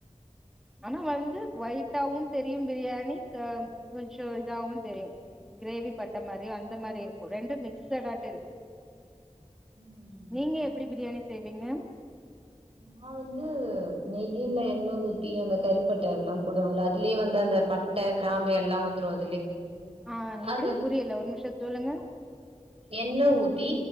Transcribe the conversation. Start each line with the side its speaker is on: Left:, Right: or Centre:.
Centre: ஆனா வந்து ஒயிட்டாவும் தெரியும் பிரியாணி க கொஞ்சே இதாகும் தெரியும் கிரேவி பட்ட மாரி அந்த மாரி இருக்கும் ரெண்டு மிக்ஸ் மிக்ஸட்டாட்டு இருக்கும்
Right: ம்
Centre: நீங்க எப்டி பிரியாணி செய்வீங்க
Right: நா வந்து நெய்யில எண்ண ஊத்தி அந்த கறிப்பட்ட அது எல்லா போடுவாங்களா அதுலயே வந்து அந்த பட்டை கிராம்பு எல்லா வந்துரும் அதுலயே
Centre: ஆ எப்டி
Right: அது
Centre: புரியல ஒரு நிமிஷம் சொல்லுங்க
Right: எண்ண ஊத்தி